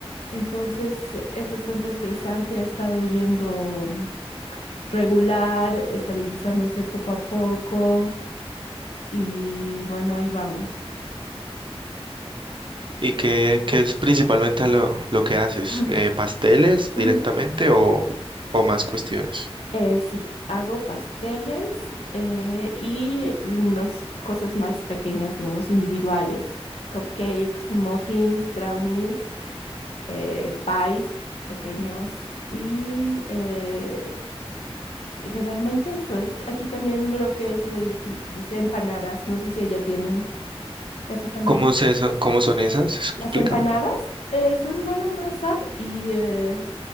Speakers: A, on the left; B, on the right.
A: Entonces es bastante estresante, ha estado yendo regular, estabilizándose poco a poco y bueno, ahí vamos.
B: ¿Y qué, qué es principalmente a lo, lo que haces?
A: Ujú,
B: Eh, ¿pasteles directamente
A: ujú.
B: o, o más cuestiones?
A: Eh, sí, hago pasteles eh, y las cosas más pequeñas, digamos, individuales. Cupcakes, muffins, brownies, eh, pies pequeños y eh, generalmente eso es. Aquí también lo que se le dice, dice empanadas, no sé si allá tienen eso también.
B: ¿Cómo es eso? ¿Cómo son esas? Explícame.
A: Las empanadas eh, son, bueno, masa y... eh,